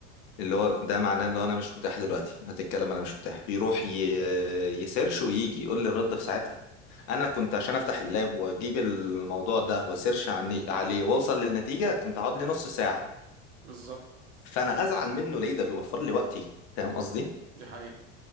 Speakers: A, on the left (about 55°); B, on the right (about 75°).
A: اللي هو ده معناه اللي هو انا مش متاح دلوقتي هتتكلم انا مش متاح بيروح ي... يسيرش ويجي يقول لي الرد في ساعتها انا كنت عشان افتح اللاب واجيب الموضوع ده واسيرش عني... عليه واوصل للنتيجه كنت هقعد لي نص ساعه
B: بالظبط
A: فانا ازعل منه ليه ده بيوفر لي وقتي فاهم قصدي
B: دي حقيقة